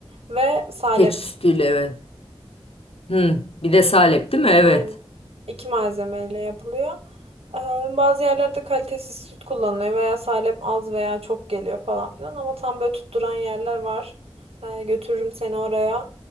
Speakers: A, on the right; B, on the left.
A: Ve salep.
B: Keçi sütüyle evet. Hı, bir de Salep değil mi? Evet.
A: Aynen. İki malzemeyle yapılıyor. Ee, bazı yerlerde kalitesiz süt kullanılıyor veya salep az veya çok geliyor falan filan ama tam böyle tutturan yerler var. Ee, götürürüm seni oraya.